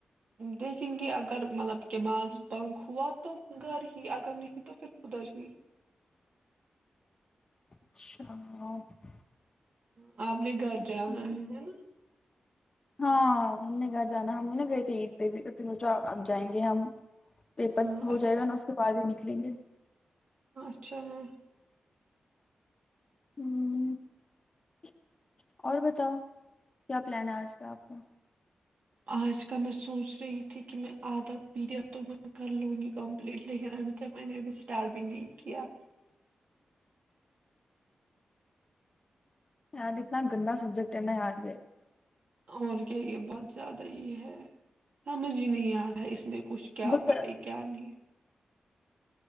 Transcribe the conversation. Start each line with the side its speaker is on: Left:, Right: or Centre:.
Right: دیکھیں گے اگر مطلب کہمذ بنک ہوا تو گھر ہی اگر نہیں تو پھر خدر ہی
Left: اچھا <unintelligible>
Right: ہاں آپ نے گھر
Left: اچھا
Right: جانا ہے نا
Left: ہاں ہم نے گھر جانا ہم بھی نا گئے تھے عید پہ بھی تو پھروچا اب جائیں گے ہم پیپر
Right: ہاں
Left: ہو جائے گا نا اس کے <unintelligible> پازے نکلیں گے <unintelligible>
Right: اچھا ہے
Left: ہوں <unintelligible> اور بتاؤ کیا پلان ہے آج کا آپ کا
Right: آج کا میں سوچ رہی تھی کہ میں آدھا پیریڈ تو میں کر لوں گی کمپلیٹ لیکن ابھی تک میں نے ابھی اسٹارٹ بھی نہیں کیا
Left: یار اتنا گندا سبجیکٹ ہے نا یاار ہے
Right: اور کیا یہ بہت زیادہ یہ ہے سمجھ ہی نہیں آ رہا ہے اس اس میں کچھ کیا
Left: وہ
Right: پڑے
Left: سر
Right: کیا نہیں